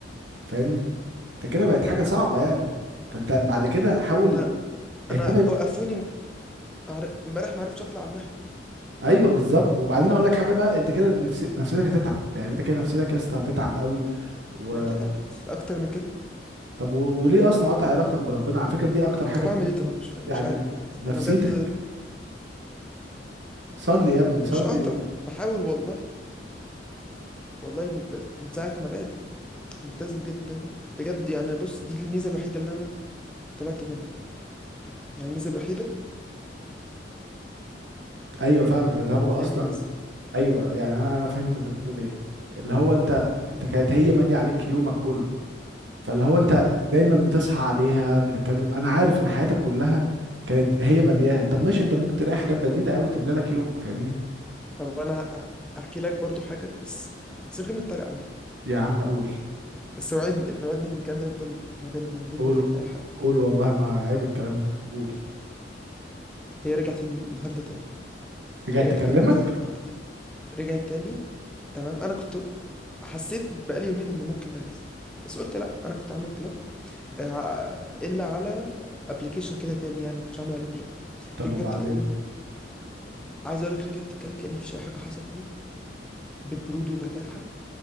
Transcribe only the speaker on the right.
فاهمني انت كده بقت حاجه صعبه يعني فانت بعد كده حاول
اهتم
ايوه بالظبط وبعدين اقول لك حاجه بقى انت كده نفسي... نفسيتك هتتعب يعني انت كده نفسيتك يا اسطى هتتعب قوي و...
طب و... وليه اصلا قاطع علاقتك بربنا على فكره دي اكتر حاجه
ممكن
يعني
نفسيتك
صلي يا ابني صلي
ايوه فاهمك
اللي هو اصلا
ايوه يعني انا انا فهمت انت بتقول ايه اللي هو انت انت كانت هي ماليه عليك يومك كله فاللي هو انت دايما بتصحى عليها بتتكلم انا عارف ان حياتك كلها كانت هي ملياها طب ماشي انت ممكن تلاقي حاجات بديله قوي تملى لك يومك فاهمني
يا عم قول
قول
قول والله ما عيب الكلام ده قول
رجعت
اكلمك
طب
وبعدين